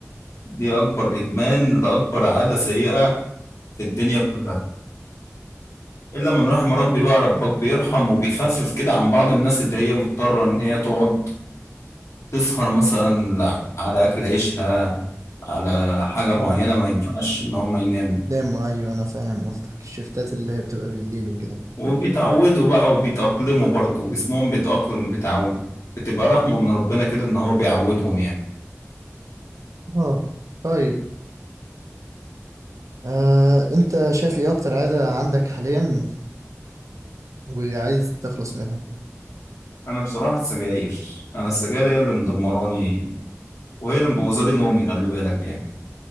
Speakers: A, on the left; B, on the right.
A: دي أكبر إدمان لأكبر عادة سيئة في الدنيا كلها إلا من رحم ربي بقى ربك بيرحم وبيخفف كده عن بعض الناس اللي هي مضطرة إن هي تقعد تسهر مثلا على أكل عيشها على حاجة
B: اه
A: معينة ما ينفعش إن هم يناموا
B: دايم ايوه انا فاهم قصدك الشفتات اللي هي بتبقى بالليل وكده
A: وبيتعودوا بقى وبيتأقلموا برضه جسمهم بيتأقلم وبيتعود بتبقى رحمة من ربنا كده إن هو بيعودهم يعني
B: اه طيب آه انت شايف ايه اكتر عادة عندك حاليا وعايز تخلص منها
A: أنا بصراحة السجاير أنا السجاير هي اللي مدمراني وهي اللي مبوظالي نومي خلي بالك يعني